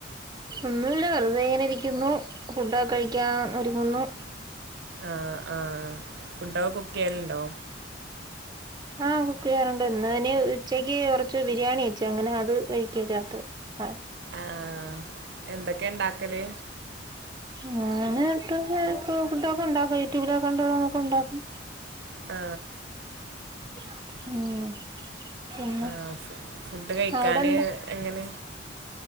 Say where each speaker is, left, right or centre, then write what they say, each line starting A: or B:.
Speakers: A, on the right (about 20°); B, on the right (about 65°).
A: ഒന്നുമല്ല വെറുതെ ഇങ്ങനെ ഇരിക്കുന്നു ഫുഡൊക്കെ കഴിക്കാൻ ഒരുങ്ങുന്നു
B: ആ ആ ഫുഡൊക്കെ കുക്ക് ചെയ്യാലുണ്ടോ
A: ആഹ കുക്ക് ചെയ്യാറുണ്ട് ഇന്ന് ഇനി ഉച്ചക്ക് കൊറച്ച് ബിരിയാണി വച്ചു അങ്ങനെ അത് കഴിക്കരാരാത്രി ആ
B: ആഹ എന്തൊക്കെയ ഉണ്ടാക്കല്
A: ഞനോ <unintelligible> ക്കെ ഉണ്ടാക്കും യൂട്യൂബിലൊക്കെ ഉണ്ട നമക്ക ഉണ്ടാക്കും
B: ആ
A: ഉം പിന്നെ
B: ആ ഫു ഫുഡ് കഴിക്കാന്
A: അവിടെ
B: എങ്ങനെ